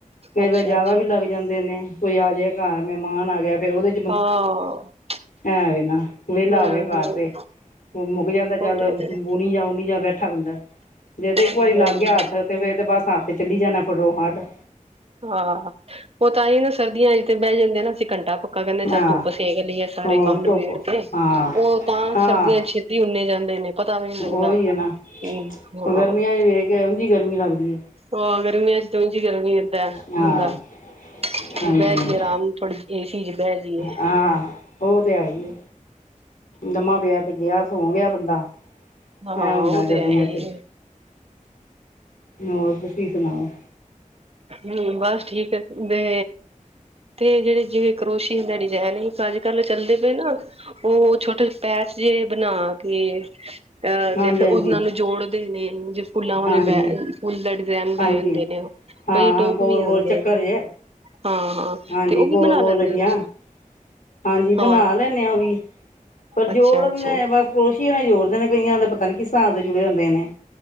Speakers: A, on the left; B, on the right.
A: ਕਈ
B: ਅੱਛਾ
A: ਵਾਰੀ ਜਿਆਦਾ
B: ਅੱਛਾ
A: ਵੀ ਲੱਗ ਜਾਂਦੇ ਨੇ। ਕੋਈ ਆਜੇ ਘਰ ਮਹਿਮਾਨ ਆ ਗਿਆ, ਫਿਰ ਉਹਦੇ
B: ਹਾਂ।
A: ਐਵੇ ਨਾ, ਵਿਹਲਾ
B: ਹੂੰ
A: ਹੋਵੇ ਘਰ
B: ਹੂੰ
A: ਤੇ। ਮੁੱਕ ਜਾਂਦਾ
B: ਉਹ
A: ਚੱਲ
B: ਤੇ
A: ਉਨੀ
B: ਹੈ
A: ਜਾ ਓਨੀ ਜਾ ਬੈਠਾ ਬੰਦਾ, ਜੇ ਤੇ
B: ਹਾਂਜੀ
A: ਇੱਕ ਵਾਰੀ ਲੱਗ
B: ਹਾਂਜੀ
A: ਗਿਆ ਹੱਥ। ਫਿਰ ਤੇ ਬਸ ਹੱਥ ਚੱਲੀ ਜਾਣਾ ਫਟੋ ਹਟ।
B: ਹਾਂ ਉਹ ਤਾਂ ਹੀ ਨਾ ਸਰਦੀਆਂ ਚ ਤੇ ਬਹਿ ਜਾਂਦੇ ਨਾ ਅਸੀਂ ਘੰਟਾ ਕ। ਪਾ ਕਹਿੰਦੇ ਚੱਲ
A: ਹਾਂ
B: ਧੁੱਪ ਸੇਕ ਲਈਏ ਸਾਰੇ
A: ਹੋਰ
B: ਕੰਮ ਨਿਬੇੜ
A: ਧੁੱਪ
B: ਕੇ,
A: ਹਾਂ
B: ਉਹ ਤਾਂ
A: ਹਾਂ
B: ਸਰਦੀਆਂ ਚ। ਤੇ ਉਨੇ ਜਾਂਦੇ ਨੇ। ਪਤਾ ਵੀ ਨਹੀਂ ਲੱਗਦਾ
A: ਉਹੀ
B: ਹ
A: ਹੈ ਨਾ
B: ਹਾਂ।
A: ਗਰਮੀਆਂ ਚ ਵੇਖ ਕੇ ਉਂਝ ਹੀ ਗਰਮੀ ਲੱਗਦੀ ਹੈ
B: ਹਾਂ ਗਰਮੀਆਂ ਵਿੱਚ ਤਾਂ ਉੰਝ ਗਰਮੀ।
A: ਹਾਂ
B: ਬੰਦਾ ਬਹਿ
A: ਹਾਂਜੀ
B: ਜਾਈਏ ਆਰਾਮ ਥੋੜੀ ਦੇਰ ਏ ਸੀ ਚ ਬਹਿ ਜਾਈਏ।
A: ਹਾਂ ਉਹ ਤੇ ਹੈ ਈ ਆ, ਲਮਾਂ ਪਿਆ ਤੇ ਗਿਆ ਸੋ ਗਿਆ ਬੰਦਾ। ਹੈ
B: ਹਾਂ
A: ਉਦਾਂ
B: ਉਹ
A: ਗਰਮੀਆਂ
B: ਤੇ ਹੈ ਹੀ
A: ਚ। ਹੋਰ ਤੁਸੀਂ ਸੁਣਾਓ?
B: ਹਮ ਬਸ ਠੀਕ ਹੈ ਤੇ। ਤੇ ਜਿਹੜੇ ਜਿਵੇਂ ਕਰੋਸ਼ੀਆ ਦਾ ਡਿਜਾਇਨ ਏਕ ਅੱਜ ਕੱਲ ਚੱਲਦੇ ਪਏ ਨਾ। ਉਹ ਛੋਟੇ ਪੈਚ ਜਿਹੇ ਬਣਾ ਕੇ। ਅਹ
A: ਹਾਂਜੀ
B: ਤੇ ਫਿਰ
A: ਹਾਂਜੀ
B: ਉਹਨਾਂ ਨੂੰ ਜੋੜਦੇ ਨੇ ਜੇ ਫੁੱਲਾਂ ਵਾਲੇ
A: ਹਾਂਜੀ
B: ਬੈ ਫੁੱਲ। ਡਿਜ਼ਾਇਨ ਬਣਾਏ
A: ਹਾਂਜੀ
B: ਹੁੰਦੇ ਨੇ ਉਹ
A: ਹਾਂ
B: ਕਈ ਟੋਪ
A: ਗੋਲ
B: ਵੀ ਆਉਂਦੇ
A: ਗੋਲ ਚੱਕਰ
B: ਨੇ
A: ਜੇ
B: ਹਾਂ ਹਾਂ।
A: ਹਾਂਜੀ
B: ਤੇ ਉਹ ਵੀ
A: ਗੋਲ
B: ਬਣਾ
A: ਗੋਲ
B: ਲੈਂਦੇ
A: ਲੱਗੀਆਂ
B: ਓਹ ਤੁਸੀਂ?
A: ਹਾਂਜੀ
B: ਹਾਂ
A: ਬਣਾ ਲੈਂਦੇ ਹ, ਉਹ ਵੀ ਪਰ
B: ਅੱਛਾ
A: ਜੋੜ
B: ਅੱਛਾ
A: ਨੇ ਆ ਬਸ। ਕਰੋਸ਼ੀਏ ਨਾਲ ਜੋੜਦੇ ਨੇ, ਕਈਆਂ ਦੇ ਪਤਾ ਨੀ ਕਿਸ ਹਿਸਾਬ ਦੇ ਜੁੜੇ ਹੁੰਦੇ ਨੇ।